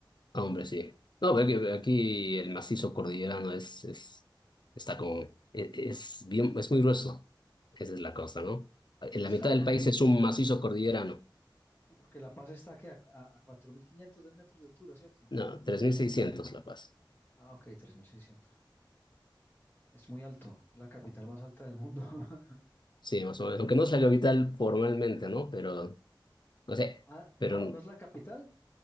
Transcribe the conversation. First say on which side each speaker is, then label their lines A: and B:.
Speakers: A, on the left; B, on the left.
A: ah, hombre, sí. No, ve que aquí el macizo cordillerano es, es, está como, e- es, bien, es muy grueso. Esa es la cosa, ¿no? En
B: Pues
A: la mitad
B: claro,
A: del
B: porque,
A: país es un macizo cordillerano.
B: sí, porque La Paz está aquí a, a, a 4.500 de metros de altura, ¿cierto?
A: No, 3.600 La Paz.
B: Ah, ok, 3.600. Es muy alto, es la capital más alta del mundo. <laughs>
A: Sí, más o menos. Aunque no es la capital formalmente, ¿no? Pero, no sé,
B: Ah,
A: pero
B: no, no es la capital.